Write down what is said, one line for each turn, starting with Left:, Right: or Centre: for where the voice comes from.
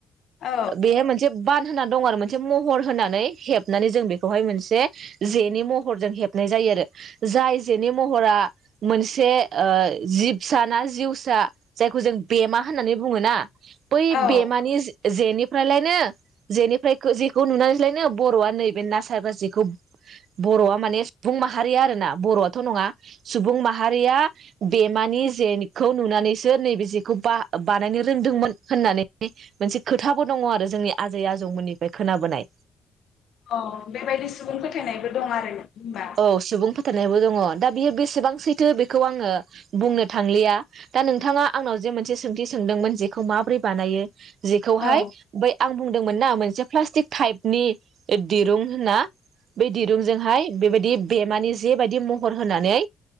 Left: औ
Right: बेहाय मोनसे बान होनानै दं आरो मोन से महर होनानै हेबनानै जों बेखौहाय मोनसे जेनि महर जों हेबनाय जायो आरो। जाय जेनि महरा मोनसे ओ जिबसा ना जिउसा जायखौ जों बेमा होननानै बुङो ना बै
Left: औ
Right: बेमानि <unintelligible> जेनिफ्रायलायनो जेनिफ्राय जेखौ नुनानैसोलायनो बर'आ नैबे ना सारग्रा जेखौ बर'आ माने सुबुं माहारिया आरोना बर'आथ' नङा सुबुं माहारिया बेमानि जेखौ नुनानैसो नैबे जेखौ बा बानायनो रोंदोंमोन होननानै मोनसे खोथाबो दङ आरो जोंनि आजै आजौमोननि बे खोनाबोनाय
Left: अ बेबायदि सुबुं फोथायनायबो दं आरो होनबा
Right: औ सुबुं फोथानेयबो दङ। दा बियो बेसेबां सैथो बेखौ आङो बुंनो थांलिया। दा नोंथाङा आंनाव जे मोनसे सोंथि सोंदोंमोन जेखौ माबोरै बानायो जेखौहाय
Left: औ
Right: बै आं बुं दोंमोन ना मोनसे प्लासटिक टाइपनि दिरुं होनना। बे दिरुंजोंहाय बेबायदि बेमानि जे बायदि महर होनानै